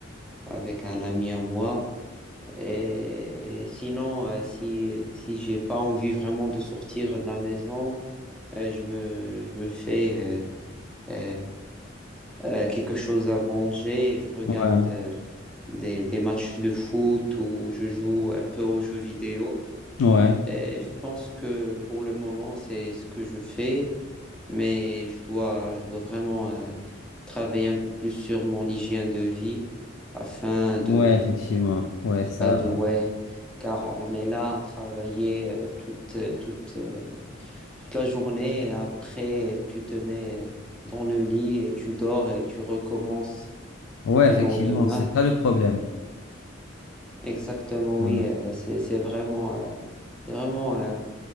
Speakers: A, in the centre; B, on the left.
A: avec un ami à moi. Et sinon, euh, si, si j'ai pas envie vraiment de sortir de la maison, euh, je me, je me fais euh, euh, euh, quelque chose à manger et je regarde
B: ouais,
A: euh, des, des matchs de foot ou je joue un peu aux jeux vidéo.
B: ouais,
A: Et je pense que pour le moment, c'est ce que je fais. mais je dois, je dois vraiment euh, travailler un peu plus sur mon hygiène de vie afin
B: ouais,
A: de,
B: effectivement. Ouais, ça.
A: afin de, ouais, car on est là à travailler euh, toute, euh, toute, euh, toute la journée et après euh, tu te mets euh, dans le lit et tu dors et tu recommences
B: Ouais,
A: le
B: effectivement,
A: lendemain.
B: c'est ça le problème.
A: Exactement,
B: Ouais.
A: oui, euh, c'est, c'est vraiment, euh, c'est vraiment euh,